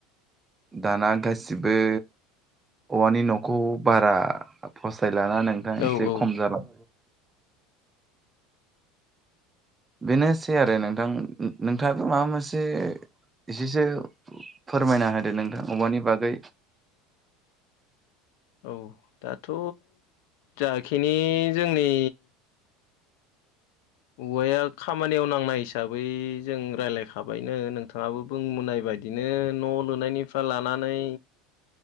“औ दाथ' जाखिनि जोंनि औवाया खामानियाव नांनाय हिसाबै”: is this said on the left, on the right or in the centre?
Left